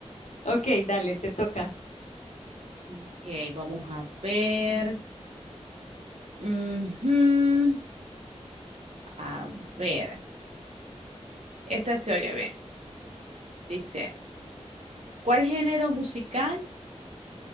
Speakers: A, on the left; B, on the right.
A: Ok, dale, te toca.
B: Ok, vamos a ver. Ujú. A ver. Esta se oye bien. Dice, ¿cuál género musical